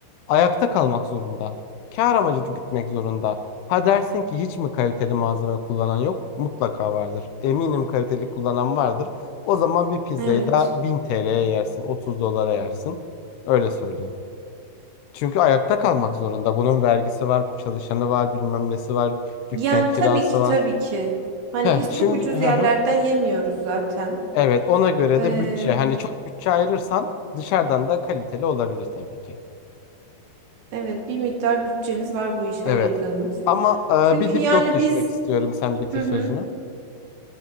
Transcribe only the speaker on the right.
Evet.
Yani
tabii ki
tabii ki. Hani
biz
çok ucuz
yerlerden
yemiyoruz zaten.
Ee,
evet bir miktar bütçemiz var bu iş
ayırdığımız.
Çünkü
yani
biz
hı hı,